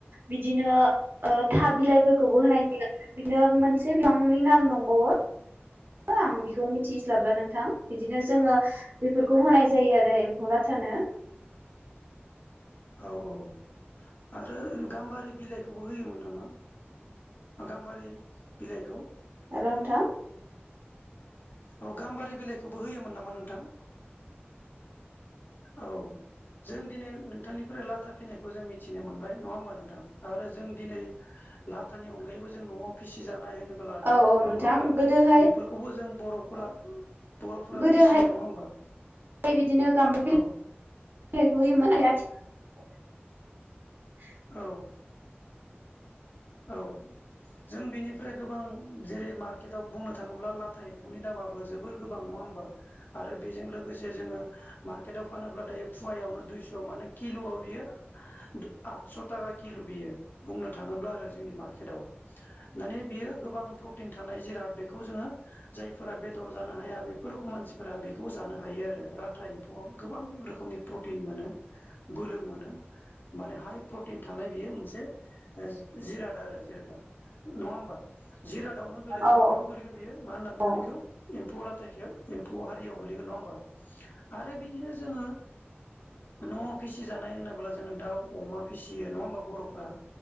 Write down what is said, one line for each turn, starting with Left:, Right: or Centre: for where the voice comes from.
Right: बिदिनो ओ था बिलाइफोरखौबो होनाय जायो बिदिनो मोनसे बिफांनि नाम दंबावो।
Left: <inaudible>
Right: आं बिखौ मिथिस्लाबला नोंथां बिदिनो जोङो बेफोरखौ होनाय जायो आरो एम्फौ ला थानो।
Left: औ औ आरो गाम्बारि बिलाइखौबो होयोमोन नामा? गाम्बारि बिलाइखौ।
Right: हेल' नोंथां।
Left: औ गाम्बारि बिलाइखौबो होयोमोन नामा नोंथां? औ। जों दिनै नोंथांनिफ्राय लाथा फिनायखौ जों मिथिनो मोनबाय नङा होमबा नोंथां आरो जों दिनै लाथानि अनगायैबो जों न'आव फिसिजानाय होनोब्ला
Right: औ
Left: दाउ,
Right: औ नोंथां
Left: अमा
Right: गोदोहाय
Left: बेफोरखौबो जों बर'फोरा बर'फोरा
Right: गोदोहाय
Left: फिसियो नङा होमबा
Right: बिदिनो गाम्बारि
Left: औ।
Right: <unintelligible>
Left: औ औ जों बेनिफ्राय गोबां जेरै मार्केटआव बुंनो थाङोब्ला लाथा एम्फौनि दामाबो जोबोर गोबां नङा ओमबा आरो बेजों लोगोसे जोङो मार्केटाव फानोब्ला दायो फुवायावनो दुइस' माने किल किल' आव बियो आटस' ताका किल' बियो बुंनो थाङोब्ला जोंनि मकेटआव माने बियो गोबां प्रटिन थानाय जिराद बेखौ जोङो जायफोरा बेदर जानो हाया बेफोर रोखोम मानसिफोरा बेखौ जानो हायो आरो लाथा एम्फौआव गोबां रोखोमनि प्रटिन मोनो बोलो मोनो माने हाइ प्रटिन थानाय बियो मोनसे जिराद आरो जेनेबा। नङा होमबा जिरादावनोै
Right: औ
Left: माबायाव गोलैगोन बियो मा होनना बुङोन
Right: औ
Left: बेखौ एम्फौ लाथायखौ एम्फौ हारियाव गोलैगोन नङा होमबा आरो बिदिनो जोङो न' फिसिजानाय होनोब्ला जोङो दाउ अमा फिसियो नङा होमबा बर'फ्रा?